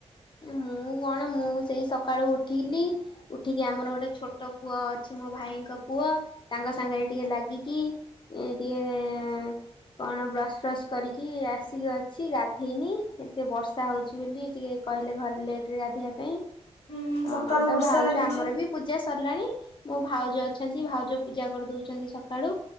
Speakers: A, on the left (about 45°); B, on the left (about 60°).
A: ମୁଁ କଣ ମୁଁ ସେଇ ସକାଳୁ ଉଠିଲି ଉଠିକି ଆମର ଗୋଟେ ଛୋଟ ପୁଅ ଅଛି ମୋ ଭାଇଙ୍କ ପୁଅ ତାଙ୍କ ସାଙ୍ଗରେ ଟିକେ ଲାଗିକି ଏଁ ଟିକେ ଏଁ ଏଁ ଏଁ କଣ ବ୍ରସ୍ ଫ୍ରସ୍ କରିକି ଆସିକି ଅଛି ଗାଧେଇନି ଏତେ ବର୍ଷା ହଉଚି ବୋଲି ଟିକେ କହିଲେ ଘରେ ଲେଟ୍ ରେ ଗାଧେଇବା ପାଇଁ
B: ହୁଁ
A: ତ
B: ସକାଳୁ
A: ଆମର ତ
B: ବର୍ଷା
A: ଭାଉଜ
B: ଲାଗିଛି
A: ଆମର ବି ପୂଜା ସରିଲାଣି ମୋ ଭାଉଜ ଅଛନ୍ତି ଭାଉଜ ପୂଜା କରିଦଉଚନ୍ତି ସକାଳୁ।